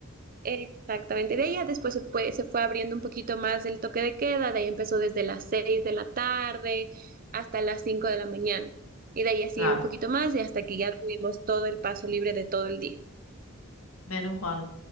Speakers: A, on the right (about 40°); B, on the left (about 75°).
A: Exactamente. De ella después se fue, se fue abriendo un poquito más el toque de queda, de ahí empezó desde las 6 de la tarde hasta las 5 de la mañana. Y de ahí así
B: claro,
A: un poquito más y hasta que ya tuvimos todo el paso libre de todo el día.
B: menos mal.